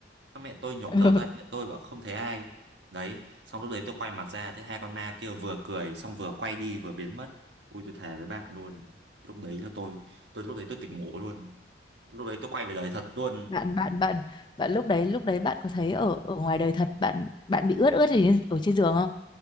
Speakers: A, on the right; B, on the left.
A: Xong mẹ tôi nhổm
B: ừ.
A: đầu ra mẹ tôi bảo không thấy ai đấy xong lúc đấy tôi quay mặt ra thấy hai con ma kia vừa cười xong vừa quay đi vừa biến mất ui tôi thề với bạn luôn lúc đấy là tôi tôi lúc đấy tôi tỉnh ngủ luôn lúc đấy tôi quay về đời thật luôn
B: bạn bạn bạn bạn lúc đấy lúc đấy bạn có thấy ở ở ngoài đời thật bạn bạn bị ướt ướt gì ở trên giường không